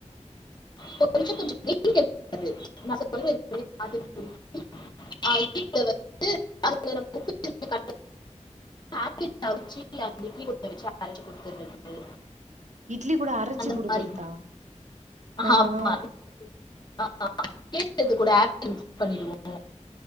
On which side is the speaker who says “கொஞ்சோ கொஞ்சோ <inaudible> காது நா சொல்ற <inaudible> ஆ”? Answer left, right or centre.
Left